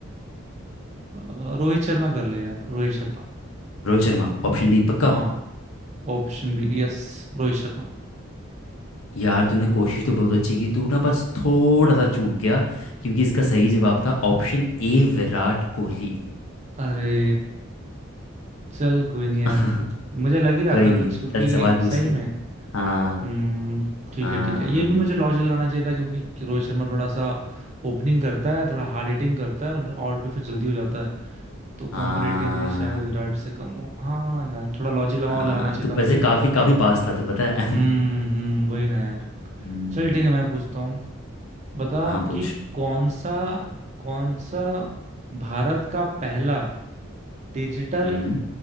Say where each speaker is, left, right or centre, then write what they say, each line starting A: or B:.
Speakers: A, on the right (about 35°); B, on the left (about 85°).
A: अ, रोहित शर्मा कर ले यार रोहित शर्मा
B: रोहित शर्मा ऑप्शन बी पक्का
A: हाँ ऑप्शन भी यस रोहित शर्मा
B: यार तूने कोशिश तो बहुत अच्छी की तू ना बस थोड़ा सा चूक गया क्योंकि इसका सही जवाब था ऑप्शन ए विराट कोहली
A: अरे चल कोई नहीं यार
B: <laughs>
A: मुझे लग ही रहा
B: कोई
A: था कुछ
B: नहीं
A: क्योंकि
B: चल सवाल पूछ
A: सही
B: तू
A: में
B: हाँ
A: हम्म ठीक
B: हाँ
A: है ठीक है ये भी मुझे लॉजिक लगाना चाहिए था क्योंकि रोहित शर्मा थोड़ा सा ओपनिंग करता है थोड़ा हार्ड हिटिंग करता है और आउट भी फिर जल्दी हो जाता है तो कंपैरेटिवली
B: हाँ
A: शायद विराट से कम हो हाँ यार थोड़ा लॉजिक लगा
B: हाँ
A: और लगाना चाहिए
B: तू
A: था मुझे
B: वैसे काफी काफी पास था तू पता है
A: हम्म
B: <laughs>
A: हम्म वही ना यार
B: हम्म,
A: चल ठीक है मैं पूछता हूँ बता
B: हाँ पूछ
A: कि कौन सा कौन सा भारत का पहला डिजिटल
B: हम्म